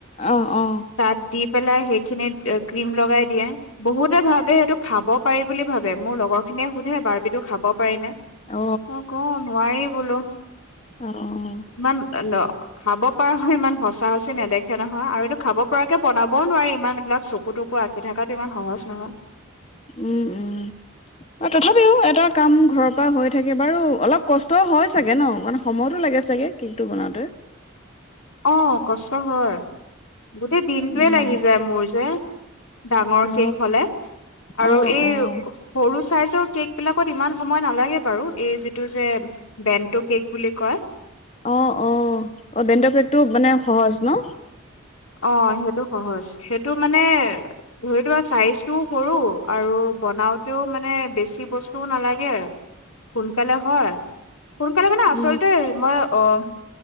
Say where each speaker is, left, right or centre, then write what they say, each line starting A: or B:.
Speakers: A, on the left (about 30°); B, on the left (about 85°).
A: অ অ
B: তাত দি দি পেলাই সেইখিনিত ক্ৰীম লগাই দিয়ে। বহুতে ভাবে সেইটো খাব পাৰি বুলি ভাবে মোৰ লগৰ খিনি নে সুধে বাৰ পাৰি নে
A: অ
B: মই কওঁ নোৱাৰি বোলো
A: অ
B: ইমান ন' খাব পৰা হয় ইমান সঁচা -সচি নেদেখে নহয় আৰু এইটো খাব পৰাকে বনাবও নোৱাৰি ইমান এইবিলাক চকু- তকু আঁকি থাকাটো ইমান সহজ নহয়
A: উম -উম আৰু তথাপিও এটা কাম ঘৰৰ পৰা হৈ থাকে বাৰু অলপ কষ্টও হয় চাগে ন' মানে সময়তো লাগে চাগে কেক টো বনাওঁতে?
B: অহ, কষ্ট হয় গোটেই দিনটোৱে
A: উম
B: লাগি যায় মোৰ যে। ডাঙৰ
A: অ',
B: কে'ক হলে আৰু
A: অ',
B: এই
A: অ',
B: সৰু চাইজ কে'ক বিলাকত ইমান সময় নালাগে বাৰু এই যিটো যে বেনটো কে'ক বুলি কয়।
A: অহ -অহ -অহ বেনটো কে'কটো মানে সহজ ন'?
B: অহ, সেটো সহজ সেটো মানে ধৰিলোৱা চাইজটো সৰু আৰু বনাওঁতেও মানে বেছি বস্তুও নালাগে সোনকালে হয় সোনকালে মানে আচলতে
A: উম
B: ম অহ,